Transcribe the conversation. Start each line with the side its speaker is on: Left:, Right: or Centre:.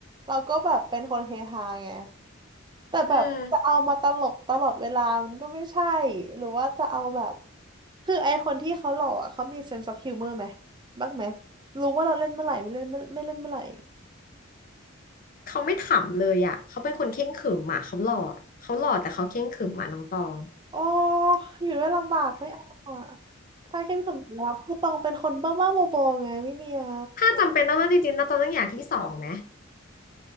Right: เราก็แบบเป็นคนเฮฮาไงแต่แบบจะเอามาตลกตลอดเวลามันก็ไม่ใช่
Left: อืม
Right: หรือว่าจะเอาแบบคือไอคนที่เขาหล่ออ่ะเขามีเซนส์ออฟฮิวเมอร์ไหมบ้างไหมรู้ว่าเราเล่นเมื่อไหร่ไม่เล่นไม่ไม่เล่นเมื่อไหร่
Left: เขาไม่ขำเลยอะเขาเป็นคนเคร่งขรึมอะเขาหล่อเขาหล่อแต่เขาเคร่งขรึมอะน้องตอง
Right: โอ้อยู่ด้วยลำบากไม่เอาอ่ะถ้าเข้มแข็งแล้วคือตองเป็นคนบ้าบ้าบอๆไงไม่มีอ่ะ
Left: ถ้าจำเป็นต้องเลือกจริงๆน้องตองต้องอย่างที่สองไหม